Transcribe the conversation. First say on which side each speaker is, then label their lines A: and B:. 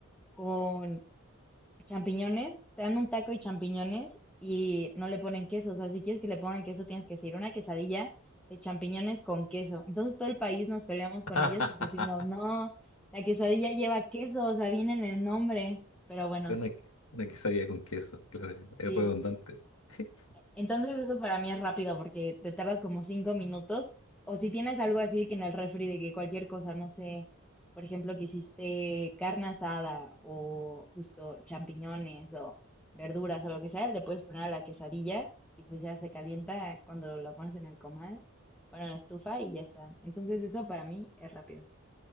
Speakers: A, in the centre; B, on the left (about 70°).
A: con champiñones, te dan un taco y champiñones y no le ponen queso. O sea, si quieres que le pongan queso, tienes que decir una quesadilla de champiñones con queso. Entonces todo el país nos peleamos con
B: <laughs>
A: ellos porque decimos, no, la quesadilla lleva queso, o sea, viene en el nombre. Pero bueno,
B: Una, una quesadilla con queso, claro, es
A: sí.
B: redundante. <laughs>
A: Entonces eso para mí es rápido porque te tardas como cinco minutos. O si tienes algo así que en el refri de que cualquier cosa, no sé, por ejemplo, que hiciste carne asada o justo champiñones o verduras o lo que sea, le puedes poner a la quesadilla y pues ya se calienta cuando lo pones en el comal, bueno, en la estufa y ya está. Entonces eso para mí es rápido.